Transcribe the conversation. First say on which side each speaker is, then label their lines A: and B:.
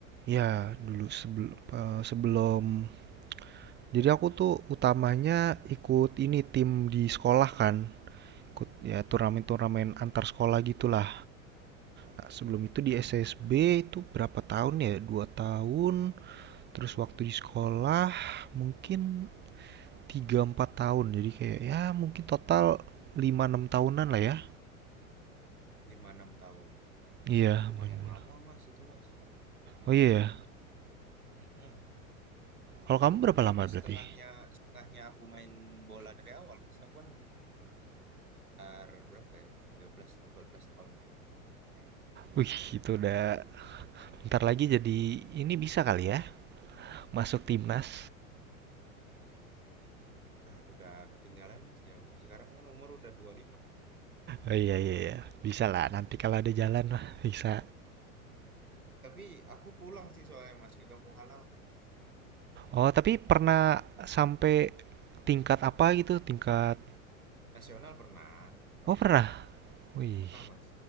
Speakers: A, on the right; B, on the right.
A: Ya, dulu sebelum sebelum jadi aku tuh utamanya ikut ini tim di sekolah kan. Ikut ya turnamen-turnamen antar sekolah gitulah. Nah, sebelum itu di SSB itu berapa tahun ya? Dua tahun, terus waktu di sekolah mungkin 3 empat tahun. Jadi kayak ya mungkin total 5 enam tahunan lah ya.
B: lima enam tahun.
A: Iya,
B: Itu lumayan
A: main bola.
B: lama, Mas, itu, Mas. Cuma
A: Oh iya
B: 6 tahun
A: ya.
B: tuh. Mm-mm.
A: Kalau
B: Anggapannya
A: kamu berapa lama
B: udah
A: berarti?
B: setengahnya setengahnya aku main bola dari awal. Mas. Aku kan sekitar berapa ya? 13 atau 14 tahun lah aktifnya.
A: Wih, itu udah ntar lagi jadi
B: Hmm.
A: ini bisa kali ya masuk timnas.
B: Ah, udah ketinggalan Mas jauh. Sekarang kan umur udah 25.
A: Oh iya iya iya. Bisa lah nanti kalau ada jalan mah bisa.
B: Tapi aku pulang sih soalnya Mas ke kampung halaman Mas.
A: Oh, tapi pernah sampai tingkat apa gitu? Tingkat
B: Nasional pernah, pernah,
A: Oh, pernah. Wih.
B: pernah Mas.